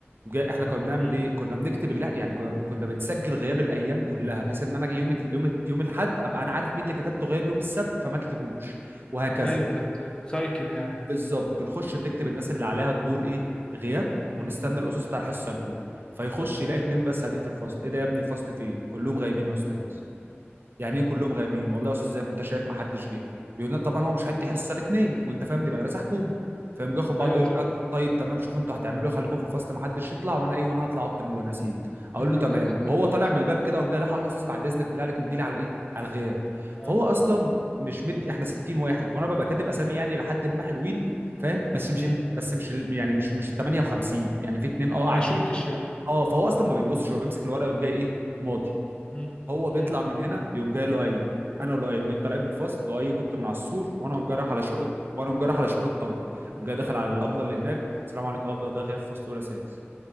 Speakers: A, on the right (about 55°); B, on the left (about 20°).
A: جا- احنا كنا بنعمل
B: مم.
A: ايه كنا بنكتب اللي... يعني كنا كنا بنسجل غياب الايام كلها بحيث ان انا اجي يوم ال- يوم ال- يوم الاحد ابقى انا عارف مين اللي كتبته غياب يوم السبت فما اكتبوش وهكذا
B: ايوه بت... بتسايكل يعني
A: بالظبط بنخش بنكتب الناس
B: مم.
A: اللي عليها الدور ايه غياب ونستنى
B: مم.
A: الاستاذ بتاع الحصه الاولى فيخش يلاقي اتنين بس قاعدين في الفصل ايه ده يا ابني الفصل فين كلهم غايبين يا استاذ يعني
B: مم.
A: ايه كلهم غايبين والله يا استاذ زي ما انت شايف ما حدش جه يقول لا طبعا هو مش هيدي
B: مم.
A: حصه الاثنين وانت فاهم دي مدرسه حكومه فيقوم جه ياخد بعضه
B: ايوه
A: يقول
B: طب
A: لا طيب تمام شوف انتوا هتعملوا ايه خليكم في الفصل ما حدش يطلع وانا ايه وانا هطلع اوضه المدرسين اقول
B: <laughs>
A: له تمام وهو طالع من الباب كده قام جاي راح اقول له يا استاذ بعد اذنك بالله عليك مديلي على الايه على الغياب
B: آه.
A: فهو اصلا مش مدي احنا 60 واحد وانا ببقى كاتب اسامي يعني لحد ما حلوين فاهم بس مش
B: مم.
A: بس مش ال- يعني مش مش ال 58 يعني في اتنين اه
B: ما
A: قاعدين
B: يشكش يعني
A: اه فهو اصلا ما بيبصش هو بيمسك الورقه ويقوم جاي ايه ماضي
B: مم.
A: هو بيطلع
B: مم.
A: من هنا يقوم جاي لؤي انا ولؤي يقوم جاي طالعين من الفصل لؤي نط من على السور وانا قوم جاي رايح على شؤون وانا قوم جاي رايح على شؤون الطلبه قوم جاي داخل على الابله اللي هناك السلام عليكم يا ابله ده غياب فصل اولى سادس